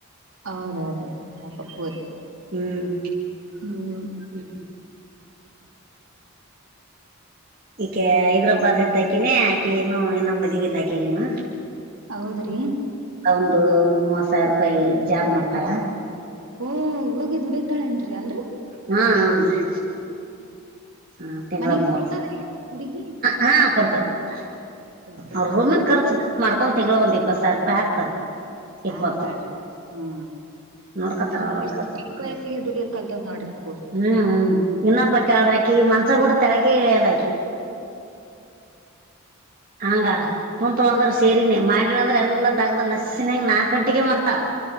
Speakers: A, on the right; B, on the right.
A: ಹೌದೌದು ಪಪ್ಪೂರಿ
B: ಹ್ಮ್
A: ಹ್ಮ್
B: ಹ್ಮ ಈಕೆ ಹೈದ್ರಾಬಾದ್ ಇದ್ದಕಿನೇ ಆಕೆ ಏನು ನಮ್ಮ ಮದವಿ ಇಲಾಖೆಗನಾ
A: ಹೌದ್ರಿ
B: ಒಂದು ಮೂವತ್ ಸಾವಿರ ರೂಪಾಯಿ ಜಾಬ್ ಮಾಡ್ತಾವ
A: ಓ ಇವಾಗದುಡತಾಳೆ ಅನ್ರರಿ ಅಲ್ರ
B: ಹಾ ನನ್್ರರಿ ಹ ತಿಂಗಳ
A: ಮನೆಗೆ
B: ಮೂರು
A: ಕೊಡ್ತದ್ರಿ ಹುಡುಗಿ
B: ಹಾ ಕೊಡ್ತಾರ ಕೊಡ್ತ
A: ಕೊಡ್ತದ್ರಿ
B: ಅವ್ರ ರೂಮಿನ್ ಖರ್ಚು ಮಾಡ್ಕೊಂಡ್ ತಿಂಗ್ಳ ಒಂದ್ ಇಪ್ಪತ್ ಸಾವಿರ ರೂಪಾಯಿ ಹಾಕ್ತಾರ ಇಪ್ಪ
A: ಆತಾಡ್ರಿ ಆತ್ ಹಾ
B: ನೋಡ್ಕತರ
A: ನೋಡ್ರಿ
B: ಅವ್ರವ ಕ
A: ಚಿಕ್ಕ
B: ನೋಡ್ಕ
A: ವಯಸ್ಸಿಗೆ ದುಡಿಯೋದ್ ಕಲ್ತವ್ ನೋಡ್ರಿ ಪೂರ್
B: ಹ್ ಇ ಕಡರಾಕಿ ಮಂಚಪುಟ್ಟ ತಳಗೆ ಇಾಲಕಿ ಹಂಗಳ ಕುತ್ ಅಂದ್ರ ಸೇರಿನೇ ಮಾಡಿಳ ಅಂದ್ರ ಎಲ್ಲಾ ದಗ್ದ ನಸಿನಾಗ ನಾಕಕ್ ಗಂಟೆಗೆ ಮಾಡ್ತಾಳ